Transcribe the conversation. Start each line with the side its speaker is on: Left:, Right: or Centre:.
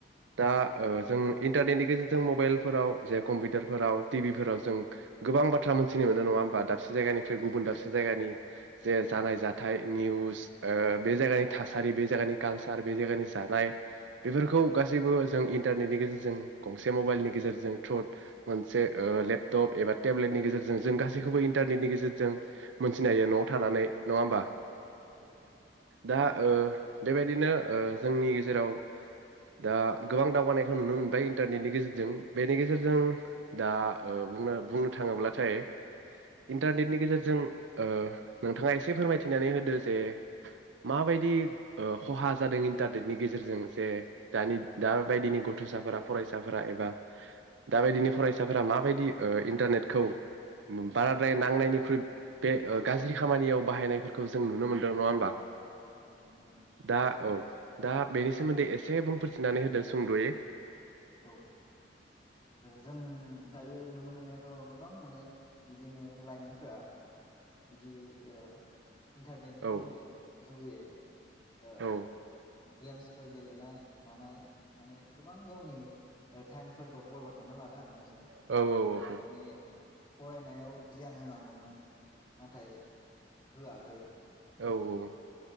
Right: दा ओ जों। इन्टारनेटनि गेजेरजों मबाइलफोराव जे कम्पिउटारफोराव टिभिफोराव जों गोबां बाथ्रा मोनथिनो मोनो नङा होमबा दाबसे जायगानिफ्राय गुबुन दाबसे जायगानि। जे जानाय
Left: औ
Right: जाथाय। निउस ओ बे जायगानि थासारि बे जायगानि कालचार। बे जायगानि जानाय बेफोरखौ गासैबो जों इन्टारनेटनि गेजेरजों गंसे मबाइलनि गेजेरजों थ्रु मोनसे आ लेपटप एबा टेब्लेटनि गेजेरजों जों गासैखौबो इन्टारनेटनि गेजेरजों मोनथिनो हायो नआव थानानै नङा होमबा।
Left: औ औ
Right: दा ओ बेबायदिनो। ओ जोंनि गेजेराव दा गोबां दावगानायखौ नुनो मोनबाय इन्टारनेटनि गेजेरजों। बेनि गेजेरजों दा बुंनो बुंनो थाङोब्लाथाय
Left: उम
Right: इन्टारनेटनि गेजेरजों ओ नोंथाङा एसे फोरमायथिनानै होदो जे माबायदि खहा जादों इन्टारनेटनि गेजेरजों जे दानि दा बायदिनि गथसाफोरा, फरायसाफोरा एबा दाबायदिनि फरायस फोरा माबायदि इन्टारनेटखौ बाराद्राय नांनायनिख्रुइ बे गाज्रि खामानियाव बाहायनायफोरखौ जों नुनो मोनदों नङा होमबा?
Left: औ औ नुनो मोनदों।
Right: दा औ दा बेनि सोमोन्दै एसे बुंफोरथिनानै होदो सुंदयै।
Left: औ। ओ जों दायो नुनो मोननायावथ गोबां माने बिदिनो लाइमोनफोरा बिदि ओ इन्टारनेटनि गेजेरजों
Right: औ
Left: जुगैयै ओ
Right: औ
Left: गेम्स फोर गेलेनाय मानाय माने गोबां गावनि ओ टाइमखौ बररवार्ड खालामना लादों आरो ना? बिसोरो
Right: औ औ औ
Left: माने फरायनायाव धियान होनांगौमोन नाथाय होआखै
Right: औ औ